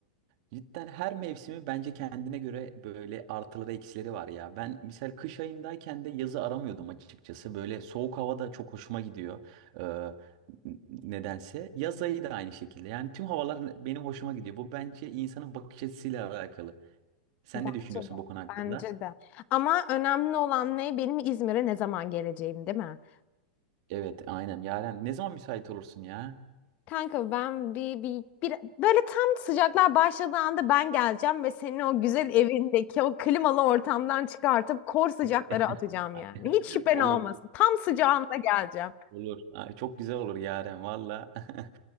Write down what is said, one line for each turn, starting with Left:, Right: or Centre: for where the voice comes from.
Right: e, cidden her mevsimi bence kendine göre böyle artıları eksileri var ya. Ben misal kış ayındayken de yazı aramıyordum açıkçası. Böyle soğuk havada çok hoşuma gidiyor. E, n- nedense yaz ayı da aynı şekilde. Yani tüm havalar benim hoşuma gidiyor. Bu bence insanın bakış açısıyla alakalı. Sen
Left: Bence
Right: ne düşünüyorsun
Left: de.
Right: bu konu hakkında?
Left: Bence de. Ama önemli olan ne? Benim İzmir'e ne zaman geleceğim, değil mi?
Right: Evet aynen Yaren ne zaman müsait olursun ya?
Left: Kanka ben bir, bir, bir böyle tam sıcaklar başladığı anda ben geleceğim ve seni o güzel evindeki o klimalı ortamdan çıkartıp kor sıcaklara
Right: <laughs>
Left: atacağım yani. Hiç şüphen
Right: Olur
Left: olmasın. Tam sıcağında geleceğim.
Right: olur. Ay, çok güzel olur Yaren valla. <laughs>